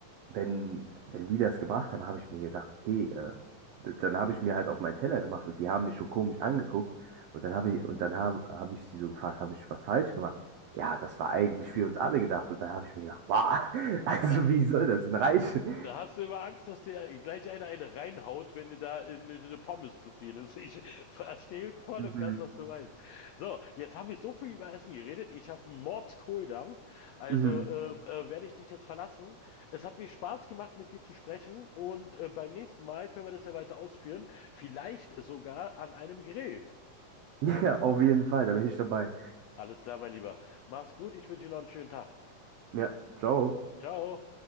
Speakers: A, on the right (about 80°); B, on the left (about 85°).
A: wenn, wenn die das gebracht haben, habe ich mir gedacht, okay, äh, d- dann habe ich mir halt auf meinen Teller gemacht und die haben mich schon komisch angeguckt. Und dann habe ich, und dann habe hab ich sie so gefragt, habe ich was falsch gemacht? Ja, das war eigentlich für uns alle gedacht. Und dann habe ich mir gedacht, wow, <laughs> also
B: Na,
A: wie soll das denn reichen?
B: Da hast du immer Angst, dass dir gleich einer eine reinhaut, wenn du da eine, eine Pommes zu viel nimmst. Ich verstehe voll
A: Mhm,
B: und ganz, was du meinst. So, jetzt haben wir so viel über Essen geredet. Ich habe einen Mordskohldampf. Also
A: mhm.
B: ähm, äh, werde ich dich jetzt verlassen. Es hat mir Spaß gemacht, mit dir zu sprechen. Und äh, beim nächsten Mal können wir das ja weiter ausführen. Vielleicht sogar an einem Grill.
A: <laughs> Ja, auf jeden Fall, da bin ich dabei.
B: Alles klar, mein Lieber. Mach's gut. Ich wünsche dir noch einen schönen Tag.
A: Ja, ciao.
B: Ciao.